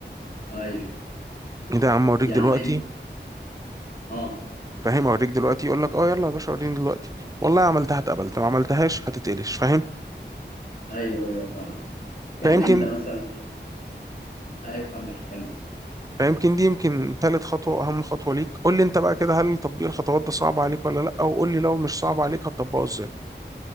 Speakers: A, on the left; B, on the right.
A: ايوه
B: ايه ده يا عم اوريك
A: يعني
B: دلوقتي
A: انت اه
B: فاهم اوريك دلوقتي يقول لك اه يلا يا باشا وريني دلوقتي والله عملتها اتقبلت ما عملتهاش هتتقلش فاهم
A: ايوه ايوه فاهمك يعني
B: فيمكن
A: انت مثلا ايوه كمل كمل
B: فيمكن دي يمكن تالت خطوة وأهم خطوة ليك قول لي أنت بقى كده هل تطبيق الخطوات ده صعب عليك ولا لأ وقول لي لو مش صعب عليك هتطبقه إزاي